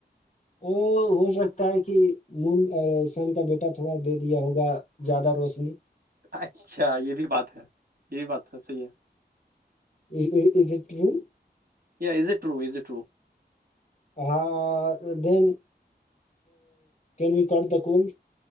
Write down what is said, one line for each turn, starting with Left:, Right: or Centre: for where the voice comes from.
Left: ا ہو سکتا ہے کہ م سن کا بیٹا تھوڑا دے دیا ہوگا زیادہ روشنی
Right: اچھا یہ بھی بات ہے یہ بھی باتا صحیح ہے
Left: ٹ
Right: یا is it row is it row
Left: ہاں دین کین وی کر د کول